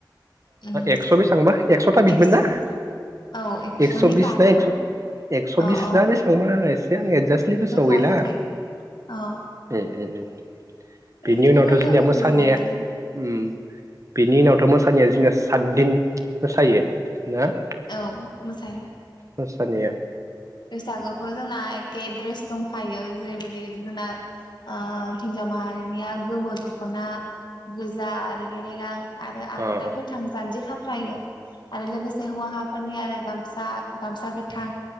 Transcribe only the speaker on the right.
एकस' बेसेबां बा एकस'था बिदमोन
ना?
एकस' बिस
ना एस' एकस'
बिसना
बेसेबांबा एसे आं एदजास्टलि गोसोआव
गैला
ओम ओम ओम। बेनि
उनावथ'
जोंनिया
मोसानाया
उम बेनि उनाव थ' मोसानाया जोंनि सातदिन मोसायो। ना
मोसानाया
अ